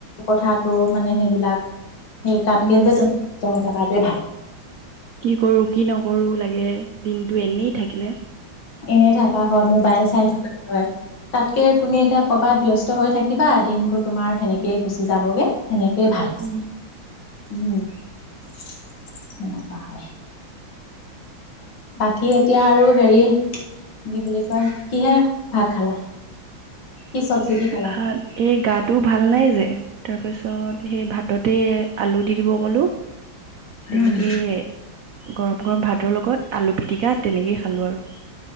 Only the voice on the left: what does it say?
কথাতটো মানে সেইবিলাক সেই তাতকে
যে তুমি ব্যস্ত হৈ থকাটোৱে ভাল।
এনে থাকা হয় মোবাইল চাই থকা হয়। তাতকে তুমি এতিয়া কৰবাত ব্যস্ত হৈ থাকিবা দিনতটো তোমাৰ সেনেকেই গুচি যাবগে। সেনেকেই ভাল
উম সেনেকুৱা হয়। <unintelligible> বাকী এতিয়া আৰু হেৰি কি বুলি কয় কিহে ভাত খালা।
কি চব্জি দি খালা
উম